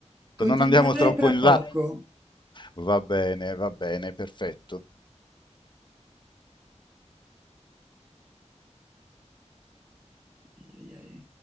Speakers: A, on the right (about 20°); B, on the left (about 40°).
A: continuerei
B: non andiamo troppo
A: tra
B: in
A: poco.
B: là. Va bene, va bene, perfetto.
A: Ai, ai, ai.